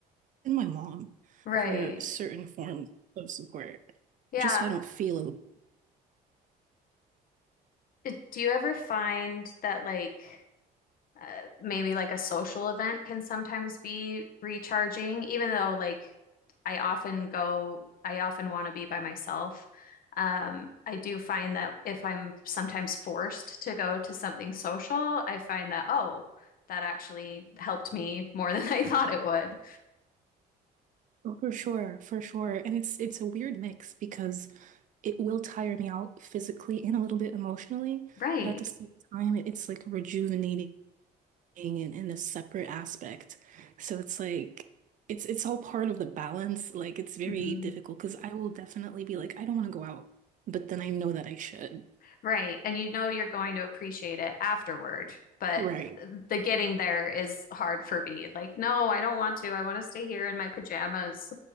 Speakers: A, on the right; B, on the left.
A: and my mom
B: Right.
A: for certain forms of support,
B: Yeah.
A: just so I don't feel alone.
B: It- Do you ever find that like uh, maybe like a social event can sometimes be recharging, even though like I often go, I often want to be by myself. Um, I do find that if I'm sometimes forced to go to something social, I find that, oh, that actually helped me more <laughs> than I thought it would.
A: Oh, For sure, for sure. And it's it's a weird mix because it will tire me out physically and a little bit emotionally,
B: Right.
A: but at the same time, it, it's like rejuvenating in, in a separate aspect. So it's like it's it's all part of the balance. Like it's very
B: hmm
A: difficult because I will definitely be like, I don't want to go out, but then I know that I should.
B: Right. And you know you're going to appreciate it afterward, but
A: Right.
B: the getting there is hard for me. Like, no, I don't want to. I want to stay here in my pajamas.